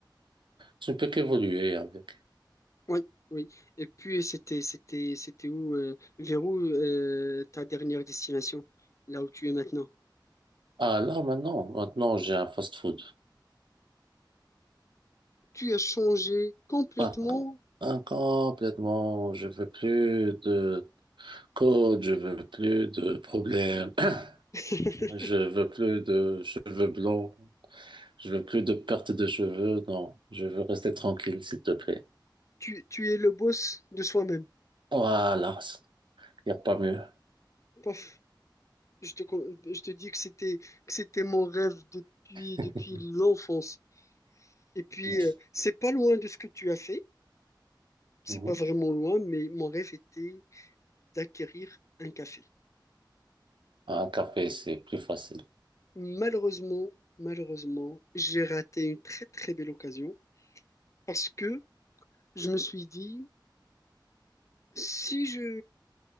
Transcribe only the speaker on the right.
tu ne peux qu'évoluer avec.
Ah là, maintenant, maintenant, j'ai un fast-food.
Ah, ah, complètement. Je veux plus de code. Je veux plus de problèmes.
<clears throat> Je veux plus de cheveux blancs. Je veux plus de perte de cheveux. Non, je veux rester tranquille, s'il te plaît.
Voilà, il n'y a pas mieux.
<laughs>
Ouais.
Mhm.
Un café, c'est plus facile.